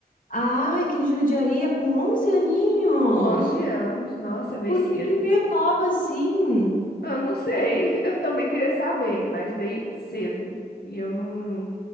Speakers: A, on the left; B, on the left.
A: ai, que judiaria com 11 aninhos.
B: Com 11 anos, nossa, veio
A: Por
B: cedo.
A: que que veio nova assim?
B: Eu não sei, eu também queria saber, mas veio cedo. E eu não,